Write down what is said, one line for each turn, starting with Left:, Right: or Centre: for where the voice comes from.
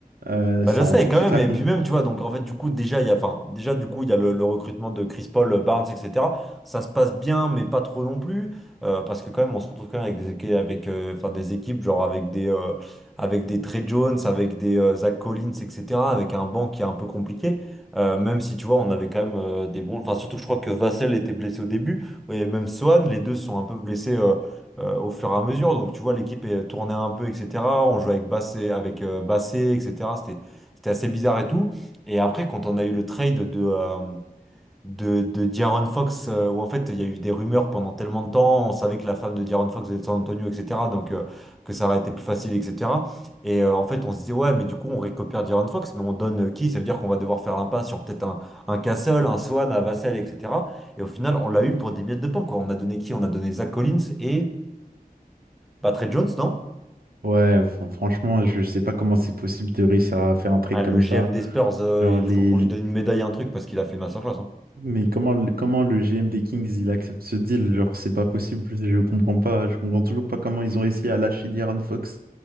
Right: Euh,
Centre: Bah,
Right: ça
Centre: je sais
Right: rend tout
Centre: quand
Right: de suite
Centre: même,
Right: la
Centre: et
Right: comp.
Centre: puis même, tu vois, donc en fait, du coup, déjà, il y a, enfin, déjà, du coup, il y a le, le recrutement de Chris Paul, euh, Barnes, etc. Ça se passe bien, mais pas trop non plus, euh, parce que quand même, on se retrouve quand même avec des, équi- avec, euh, enfin, des équipes, genre avec des, euh, avec des Trey Jones, avec des euh, Zach Collins, etc., avec un banc qui est un peu compliqué, euh, même si, tu vois, on avait quand même euh, des bons, enfin, surtout, je crois que Vassell était blessé au début, et même Swan, les deux sont un peu blessés. euh, euh, au fur et à mesure. Donc tu vois, l'équipe est tournée un peu, etc. On jouait avec Bassé, avec euh, Bassé, etc. C'était c'était assez bizarre et tout. Et après, quand on a eu le trade de, euh, de, de De'Aaron Fox, euh, où en fait, il y a eu des rumeurs pendant tellement de temps, on savait que la femme de De'Aaron Fox était de San Antonio, etc., donc euh, que ça aurait été plus facile, etc. Et euh, en fait, on se disait, ouais, mais du coup, on récupère De'Aaron Fox, mais on donne euh, qui? Ça veut dire qu'on va devoir faire l'impasse sur peut-être un, un Castle, un Swan, un Vassell, etc. Et au final, on l'a eu pour des miettes de pain, quoi. On a donné qui? On a donné Zach Collins et bah, Trey Jones, non?
Right: Ouais, fran- franchement, je sais pas comment c'est possible de réussir à faire un trade
Centre: Ah, le
Right: comme
Centre: GM
Right: ça.
Centre: des Spurs, euh,
Right: Genre
Centre: il
Right: les
Centre: faut qu'on
Right: les-
Centre: lui donne une médaille, un truc, parce qu'il a fait une masterclass, hein.
Right: mais comment le- comment le GM des Kings il accepte ce deal? Genre c'est pas possible, je comprends pas, je comprends toujours pas comment ils ont réussi à lâcher De'Aaron Fox